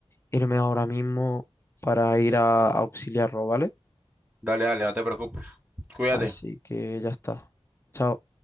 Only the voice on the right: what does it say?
Dale, dale, no te preocupes. Cuídate.